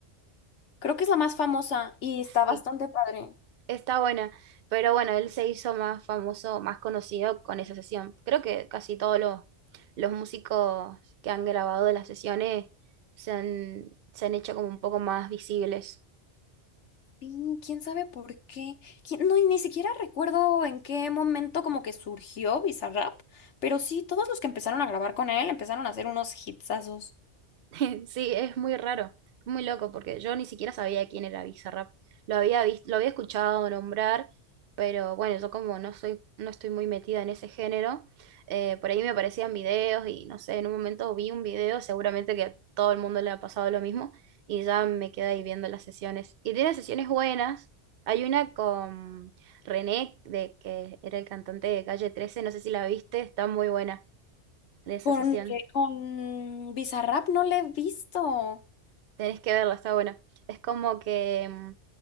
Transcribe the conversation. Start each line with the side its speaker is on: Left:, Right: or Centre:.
Left: Creo que es la más famosa y está
Right: Sí,
Left: bastante padre.
Right: está buena. Pero bueno, él se hizo más famoso, más conocido con esa sesión. Creo que casi todos los, los músicos que han grabado las sesiones se han, se han hecho como un poco más visibles.
Left: Sí, quién sabe por qué. ¿Quién- No, y ni siquiera recuerdo en qué momento como que surgió Bizarrap, pero sí, todos los que empezaron a grabar con él empezaron a hacer unos hitsazos.
Right: <laughs> Sí, es muy raro, muy loco, porque yo ni siquiera sabía quién era Bizarrap. Lo había visto, lo había escuchado nombrar, pero bueno, yo como no soy, no estoy muy metida en ese género, eh, por ahí me aparecían videos y no sé, en un momento vi un video, seguramente que a todo el mundo le ha pasado lo mismo, y ya me quedé ahí viendo las sesiones. Y tiene sesiones buenas. Hay una con René, de que era el cantante de Calle 13, no sé si la viste, está muy buena de esa
Left: Con,
Right: sesión.
Left: que- con Bizarrap no le he visto.
Right: Tenés que verlo, está bueno. Es como que, mm,